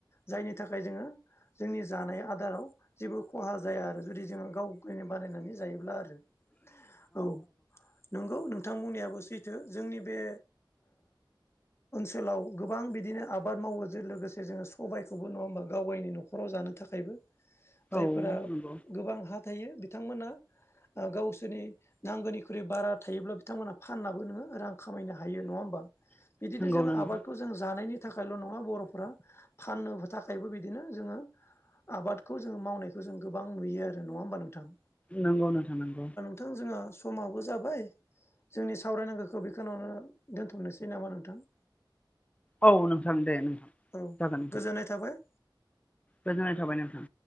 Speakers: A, on the left; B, on the left.
A: जायनि थाखाय जोङो जोंनि जानाय आदाराव जेबो खहा जाया आरो जुदि जोङो गावनो बानायनानै जायोब्ला आरो। औ नंगौ नोंथांमोननियाबो सैथो जोंनि बे ओनसोलाव गोबां बिदिनो आबाद मावोजों लोगोसे जोङो सबायखौबो नङा होमबा गाव गायनि न'खराव जानो थाखायबो
B: औ
A: जायफोरा
B: नंगौ
A: गोबां हा थायो बिथांमोना ओ गावसोरनि नांगौनिख्रुइ बारा थायोब्ला बिथांमोनहा फाननाबो नोङो रां खामायनो हायो नङा होमबा बिदिनो
B: नंगौ
A: जों
B: नंगौ
A: आ खौ जों जानायनि थाखायल' नङा बर'फोरा फाननो थाखायबो बिदिनो जोङो आबादखौ जोङो मावनायखौ जों गोबां नुयो आरो नङा होमबा नोंथां
B: नंगौ नोंथां नंगौ।
A: थ' जोंहा समाबो जाबाय जोंनि सावरायनांगौखौ बेखौनो दोनथ'नोसै नामा नोंथां।
B: औ नोंथां दे नोंथां।
A: औ
B: जागोन नोंथां
A: गोजोननाय थाबाय।
B: गोजोननाय थाबाय नोंथां।